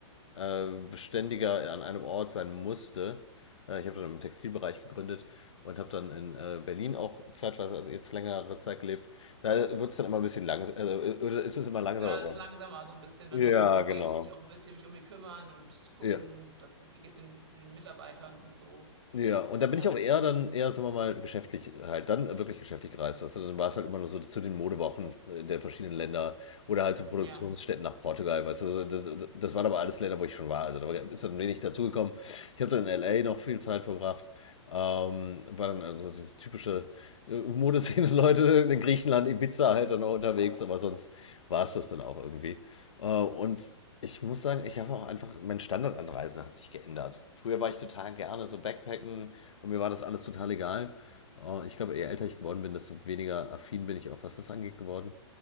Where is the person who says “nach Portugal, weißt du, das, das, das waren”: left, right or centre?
Left